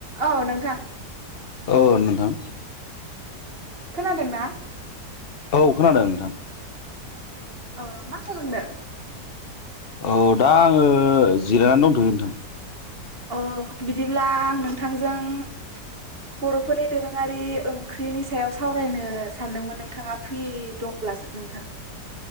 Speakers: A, on the right; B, on the left.
A: औ औ नोंथां ।
B: औ नोंथां
A: खोनादोंना
B: औ खोनादों नोंथां ।
A: अ मा खालामदों?
B: औ दा आङो जिरायनानै दंथयो नोंथां ।
A: अ बिदिब्ला आं नोंथांजों । बर'फोरनि दोरोङारि ओंख्रनि सायाव सावरायनो सान्दोंमोन नोंथाङा फ्रि दं । अब्ला नोंथां